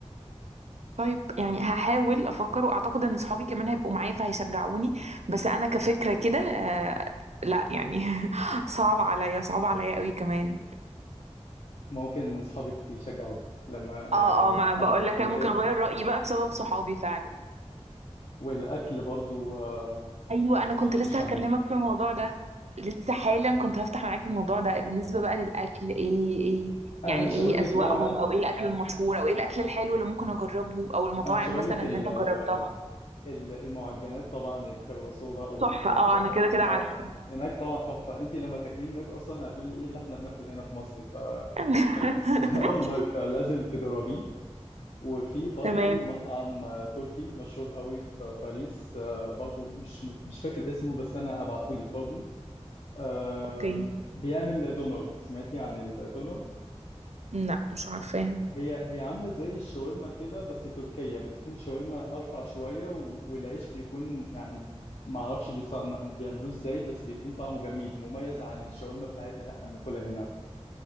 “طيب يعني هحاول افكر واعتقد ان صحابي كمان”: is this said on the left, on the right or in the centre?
Right